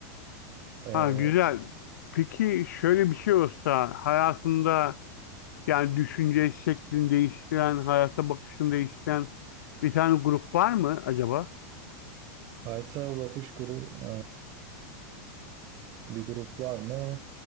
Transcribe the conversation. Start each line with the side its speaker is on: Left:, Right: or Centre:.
Right: Ee,
Left: Ha güzel. Peki şöyle bir şey olsa hayatında yani düşünce şeklini değiştiren, hayata bakışını değiştiren bir tane grup var mı acaba?
Right: Hayata Bakış grup e, bir grup var mı?